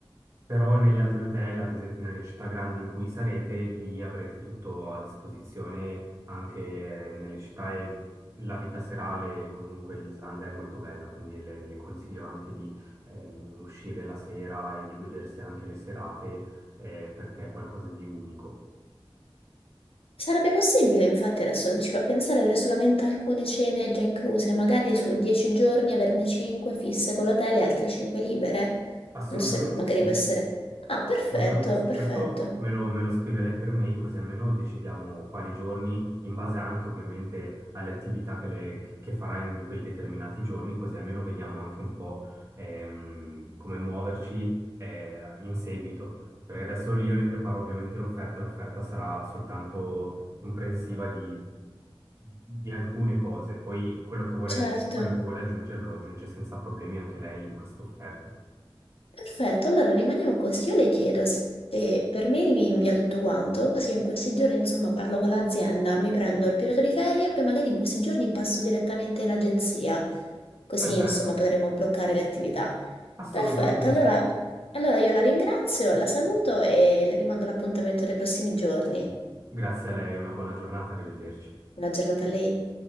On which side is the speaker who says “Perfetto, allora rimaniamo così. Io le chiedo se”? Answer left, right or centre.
Left